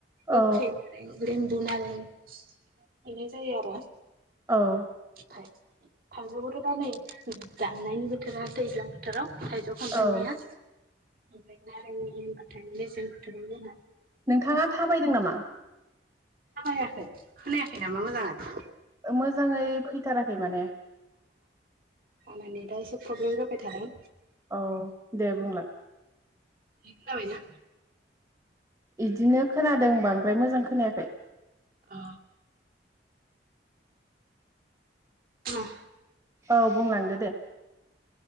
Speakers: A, on the right; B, on the right.
A: औ
B: गोखै <unintelligible> <unintelligible> हैनाय जायो आरो।
A: औ
B: थाइ थाइजौ खौथ दा नै दांनायनि बेथोर आव दैज्लां बेथार आव। थायजौ खान्थालनिया।
A: औ
B: ओमफ्राय नारेंनि होनबाथाय मेसें बाथोर आव जोंहा
A: नोंथांङा थाबायदों नामा?
B: थाबायाखै खोनायाखै नामा मोजाङै?
A: मोजाङै फैथाराखै माने।
B: मानि दा एसे प्रब्लेम जाबाय थादों।
A: औ दे बुंलाय।
B: खोनाबायना?
A: बिदिनो खोनादों बांद्राय मोजां खोनायाखै।
B: अ। उम।
A: औ बुंलांदो दे।